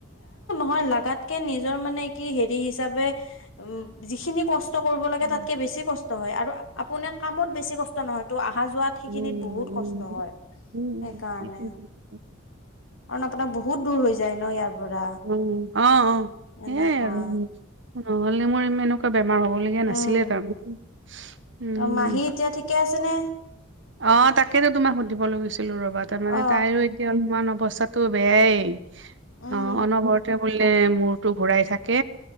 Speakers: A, on the left; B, on the right.
A: হয় লাগাতকে মানে নিজৰ মানে কি হেৰি হিচাপে উম যিখিনি কষ্ট কৰিব লাগে
B: উম,
A: তাতকে বেছি কষ্ট হয় আৰু আপুনি কামত বেছি কষ্ট নহয়টো আহ আহা যোৱাত সেইখিনিত
B: উম।
A: বহুত কষ্ট
B: উম।
A: হয়।
B: উম
A: সেইকাৰণে কাৰণ আপোনাৰ বহুত দূৰ হৈ যায় ন ইয়াৰ পৰা
B: উম অ অ সেয়াই
A: এনেকুৱা
B: আৰু নহলে মোৰ ইমেন এনেকুৱা বেমাৰ হ'বলগীয়া নাছিলে
A: উম
B: তাৰমানে উম
A: অ মাহী এতিয়া ঠিকে আছে নে?
B: অ তাকেতো তোমাক সুধিবলৈ গৈছিলো ৰবা তাৰ মানে
A: অ
B: তাইৰো এতিয়া অলপমান অৱস্থা তো বেয়াই
A: উম
B: অ অনবৰতে বোলে মূৰটো ঘূৰাই থাকে